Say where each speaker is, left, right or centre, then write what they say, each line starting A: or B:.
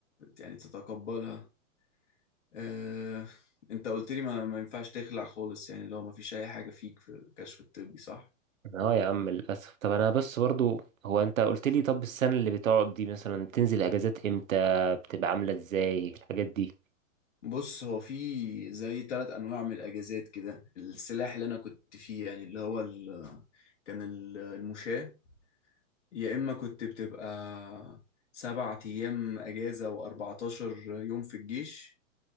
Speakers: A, on the left; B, on the right.
A: يعني تتقبلها آه، انت قلت لي ما... ما ينفعش تخلع خالص يعني اللي هو ما فيش اي حاجة فيك في الكشف الطبي صح
B: اه يا عم للاسف طب انا بس برضو هو انت قلت لي طب السنه اللي بتقعد دي مثلا تنزل اجازات امتى بتبقى عامله ازاي الحاجات دي
A: بص هو في زي ثلاث انواع من الاجازات كده السلاح اللي انا كنت فيه يعني اللي هو ال... كان ال- المشاة يا اما كنت بتبقى سبعة ايام اجازة و14 يوم في الجيش